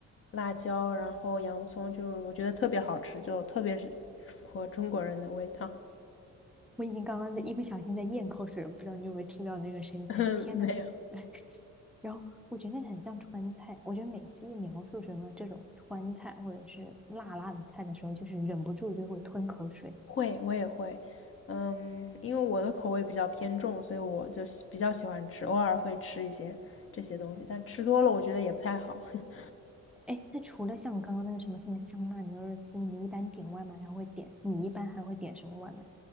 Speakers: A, on the left (about 45°); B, in the centre.
A: 辣椒，然后洋葱，就是我觉得特别好吃，就特别是符合中国人的味道。
B: 我已经刚刚在一不小心在咽口水了，不知道你有没有听到那个声音？
A: <laughs> 嗯没有，
B: 天呐，<laughs> 然后我觉得那很像川菜，我觉得每次一描述什么这种川菜或者是辣辣的菜的时候，就是忍不住就会吞口水。
A: 会，我也会。嗯，因为我的口味比较偏重，所以我就喜比较喜欢吃，偶尔会吃一些这些东西，但吃多了我觉得也不太好。<laughs>
B: 哎，那除了像刚刚那个什么什么香辣牛肉丝，你一般点外卖还会点？你一般还会点什么外卖？